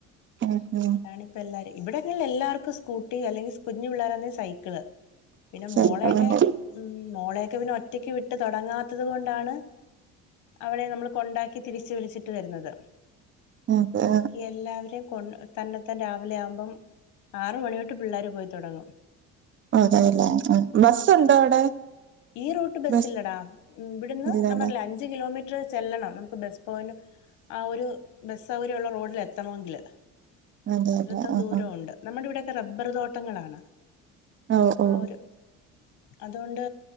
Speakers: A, on the right; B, on the left.
A: ഉം ഉം
B: അ ഇപ്പ എല്ലാരും ഇവിടെങ്ങള് എല്ലർക്കും സ്കൂട്ടി അല്ലെങ്കിൽ കുഞ്ഞു പിള്ളേരാണെങ്കി സൈക്കിള് പിന്നെ
A: സൈക്കിളുണ്ട്
B: മോളയൊക്കെ ഉം മോളെയൊക്കെ പിന്നെ ഒറ്റക്ക് വിട്ട് തുടങ്ങാത്തത് കൊണ്ടാണ് അവളെ നമ്മൾ കൊണ്ടാക്കി തിരിച്ചു വിളിച്ചിട്ട് വരുന്നത്
A: അതെ
B: ബാക്കി എല്ലാവരെ കൊണ്ട് തന്നെത്താൻ രാവിലെ ആവുമ്പം ആറ് മണിതൊട്ട് പിള്ളേര് പോയി തൊടങ്ങും
A: അതെല്ലേ ഉം ബസ് ഉണ്ടോ അവിടെ?
B: ഈ റൂട്ട് ബസ്സ്
A: ബസ്
B: ഇല്ലടാ ഇവിടുന്ന്
A: ഇല്ലല്ലേ
B: ഞാപറഞ്ഞല്ലേ അഞ്ചു കിലോമീറ്റർ ചെല്ലണം നമുക്ക് ബസ് പോയിന്റ് ആഹ് ഒരു ബസ് സൗകര്യള്ള റോഡിൽ എത്തണങ്കില്
A: അതെല്ലേ
B: അത്രത്തോളം
A: ആഹ്
B: ദൂരം
A: ആഹ്
B: ഉണ്ട് നമ്മടെ ഇവിടെയൊക്കെ റബ്ബർ തോട്ടങ്ങളാണ്
A: ഓഹ് ഓഹ്
B: ആഹ് ഒരു അതുകൊണ്ട്